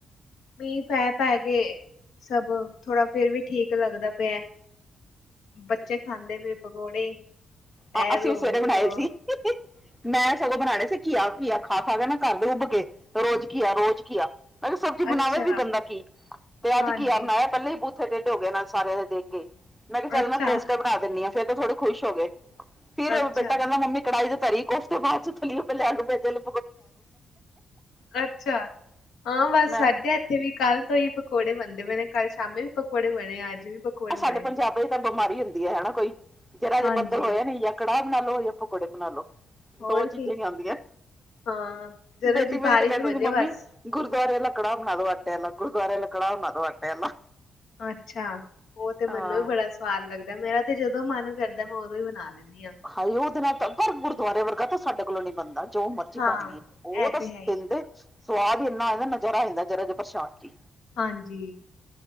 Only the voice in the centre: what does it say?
ਹਾਂ ਅਸੀਂ
ਵੀ ਸਵੇਰੇ
ਬਣਾਏ
ਸੀ, ਮੈਂ ਸਗੋਂ ਬਣਾਉਣੇ ਸੀ ਘਿਆ- ਘਿਆ ਖਾ- ਖਾ ਕੇ ਨਾ ਘਰ ਦੇ ਉੱਬ ਕੇ ਰੋਜ਼ ਘਿਆ ਰੋਜ਼ ਘਿਆ ਅਰੇ ਸਬਜ਼ੀ ਬਣਾਵੇ
ਵੀ ਬੰਦਾ ਕੀ, ਤੇ ਅੱਜ
ਘਿਆ ਬਨਾਇਆ ਪਹਿਲਾ ਵੀ ਬੂ ਫੇਰ ਢਿੱਢ ਹੋ ਗਏ ਨਾਲ ਸਾਰਿਆਂ ਦੇਖ ਕੇ, ਮੈਂ ਕਿਹਾ
ਚੱਲ ਮੈਂ ਕੋਫਤਾ ਬਣਾ ਦਿੰਦੀਆ ਫਿਰ ਥੋੜੇ ਖੁਸ਼ ਹੋ ਗਏ ਫਿਰ
ਬੇਟਾ ਕਹਿੰਦਾ ਮੰਮੀ ਕੜਾਹੀ ਦੇ ਧਰੀ ਕੋਫਤੇ ਬਾਅਦ ਚ ਤਲਿਔ ਪਹਿਲੇ ਆਲੂ ਪਿਆਜ਼ ਦੇ
ਮੈਂ
ਆ ਸਾਡੇ
ਪੰਜਾਬ ਚ ਤਾਂ ਬਿਮਾਰੀ ਹੁੰਦੀ ਹੈ ਹਨਾ ਕੋਈ ਜਰਾ ਜੇ
ਬੱਦਲ ਹੋਇਆ ਨੀ ਜਾਂ ਕੜਾਹ ਬਣਾ ਲਓ ਜਾਂ ਪਕੌੜੇ ਬਣਾ ਲਓ
ਦੋ ਚੀਜ਼ਾਂ
ਹੀ ਆਉਂਦੀਆਂ,
ਬੇਟੀ
ਮੇਰੀ
ਤਾਂ ਕਹਿੰਦੀ
ਹੁੰਦੀ
ਮੰਮੀ
ਗੁਰਦੁਆਰੇ ਵਾਲਾ ਕੜਾਹ ਬਣਾ ਲਓ ਆਟੇ ਵਾਲਾ, ਗੁਰਦੁਆਰੇ ਵਾਲਾ ਕੜਾਹ ਬਣਾ ਲਓ ਆਟੇ ਵਾਲਾ
ਹਾਂ
ਹਾ ਉਹਦੇ ਨਾਲ ਪਰ ਗੁਰਦੁਆਰੇ ਵਰਗਾ ਤਾਂ ਸਾਡੇ ਕੋਲੋਂ ਨੀ ਬਣਦਾ ਜੋ ਮਰਜ਼ੀ
ਕਰ ਲਈਏ ਉਹ
ਤਾਂ
ਦਿੰਦੇ, ਸਵਾਦ ਹੀ ਇੰਨਾ ਆ ਜਾਂਦਾ ਨਜ਼ਾਰਾ ਆ ਜਾਂਦਾ ਜਰਾ ਜ ਪ੍ਰਸ਼ਾਦ 'ਚ ਹੀ